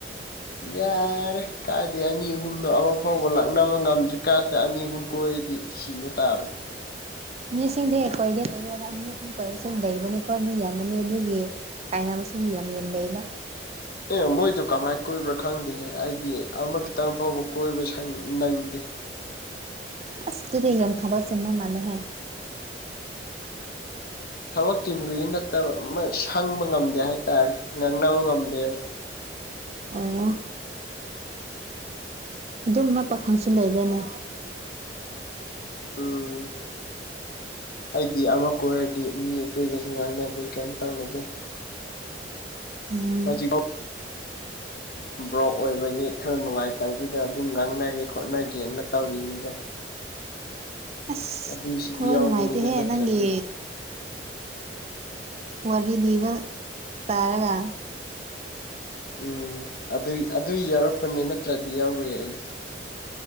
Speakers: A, on the left (about 55°); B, on the right (about 35°).
A: ꯌꯥꯔꯦ ꯀꯥꯏꯗꯤ ꯑꯅꯤ ꯑꯍꯨꯝꯅꯣ ꯑꯃ ꯐꯥꯎꯕ ꯂꯥꯛꯅꯕ ꯉꯝꯗ꯭ꯔꯤ ꯀꯥꯟꯁꯤꯗ ꯑꯅꯤ ꯑꯍꯨꯝ ꯀꯣꯏꯔꯗꯤ ꯁꯤꯕ ꯇꯥꯕꯅꯤ
B: ꯃꯤꯁꯤꯡꯗꯤ ꯑꯩ ꯀꯣꯏꯗꯦ ꯀꯣꯏꯗꯔꯒ ꯑꯅꯤ ꯑꯍꯨꯝ ꯀꯣꯏ ꯁꯨꯝ ꯂꯩꯕꯅꯤꯀꯣ ꯃꯤ ꯑꯃꯅꯤ ꯑꯗꯨꯒꯤ ꯀꯥꯏꯅꯕ ꯃꯁꯤꯡꯕꯨ ꯌꯥꯝ ꯌꯦꯟꯗꯩꯕ
A: ꯑꯦ ꯃꯣꯏꯗꯨ ꯀꯃꯥꯏ ꯀꯣꯏꯕ꯭ꯔꯥ ꯈꯪꯗꯦꯍꯦ ꯑꯩꯗꯤ ꯑꯃ ꯈꯤꯇꯪ ꯐꯥꯎꯕ ꯀꯣꯏꯕ꯭ꯔꯥ ꯅꯪꯗꯦ
B: ꯑꯁ ꯑꯗꯨꯗꯤ ꯌꯥꯝ ꯊꯕꯛ ꯆꯤꯟꯕ ꯃꯥꯂꯦꯍꯦ
A: ꯊꯕꯛ ꯆꯤꯟꯕꯒꯤ ꯅꯠꯇꯕ ꯑꯃ ꯁꯪꯕ ꯉꯝꯗꯦ ꯍꯥꯏꯇꯥꯔꯦ ꯉꯥꯡꯅꯕ ꯉꯝꯗꯦꯕ
B: ꯑꯣ ꯑꯗꯨꯝꯕ ꯄꯥꯈꯪꯁꯨ ꯂꯩꯕ꯭ꯔꯣꯅꯦ
A: ꯑꯝ ꯑꯩꯗꯤ ꯑꯃ ꯀꯣꯏꯔꯗꯤ ꯃꯤ ꯑꯇꯩꯒꯁꯨ ꯉꯥꯡꯅꯗꯦ ꯀꯩꯝ ꯇꯧꯅꯗꯦ
B: ꯎꯝ
A: ꯍꯧꯖꯤꯝ <unintelligible> ꯕ꯭ꯔꯣꯛ ꯑꯣꯏꯕꯒꯤ ꯈꯔ ꯅꯨꯡꯉꯥꯏꯇꯕꯗꯨꯗ ꯑꯗꯨꯝ ꯉꯥꯡꯅꯒꯦ ꯈꯣꯠꯅꯒꯦꯅ ꯇꯧꯔꯤꯅꯤꯗ
B: ꯑꯁ
A: ꯑꯗꯨꯏꯁꯤ
B: ꯊꯋꯥꯏ
A: ꯌꯥꯎꯕꯅꯤꯗ
B: ꯅꯨꯡꯉꯥꯏꯇꯦꯍꯦ
A: ꯅꯠꯇ꯭ꯔꯗꯤ
B: ꯅꯪꯒꯤ ꯋꯥꯔꯤ ꯂꯤꯕ ꯇꯥꯔꯒ
A: ꯎꯝ ꯑꯗꯨꯏ ꯑꯗꯨꯏ ꯌꯥꯎꯔꯛꯄꯅꯦ ꯅꯠꯇ꯭ꯔꯗꯤ ꯌꯥꯎꯔꯨꯏ ꯑꯩ